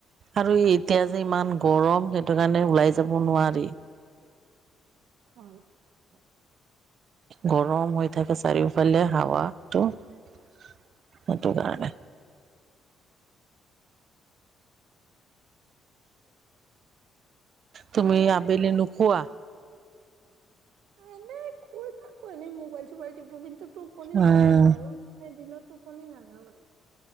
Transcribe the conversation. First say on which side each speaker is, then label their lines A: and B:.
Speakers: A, on the right; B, on the right.
A: আৰু এতিয়া যে ইমান গৰম সেইটো কাৰণে ওলাই যাব নোৱাৰি।
B: হয়।
A: গৰম হৈ থাকে চাৰিওফালে হাৱাটো। সেইটো কাৰণে। তুমি
B: এনে
A: আবেলি নোকোৱা।
B: এনেই শুই থাকো এনেই মোবাইল চোবাইল তিপো কিন্তু টোপনি
A: উম
B: যাব নোৱাৰো মানে দিনত। টোপনি নাযাওঁ।